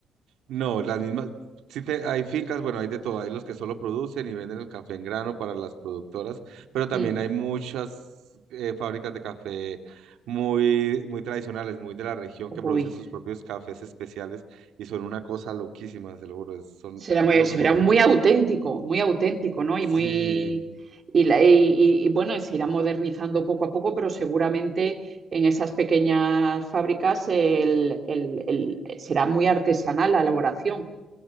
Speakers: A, on the right; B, on the right.
A: No, las mismas, sí te- hay fincas, bueno, hay de todo, hay los que solo producen y venden el café en grano para las productoras, pero también
B: Mm.
A: hay muchas eh, fábricas de café muy, muy tradicionales, muy de la región,
B: Uy.
A: que producen sus propios cafés especiales y son una cosa loquísima, se lo juro, es- son
B: Será muy,
A: locos
B: será
A: por...
B: muy auténtico, muy auténtico, ¿no? Y
A: Sí.
B: muy. Y, la- y- y- y, bueno, se irá modernizando poco a poco, pero seguramente en esas pequeñas fábricas el- el- el- será muy artesanal la elaboración.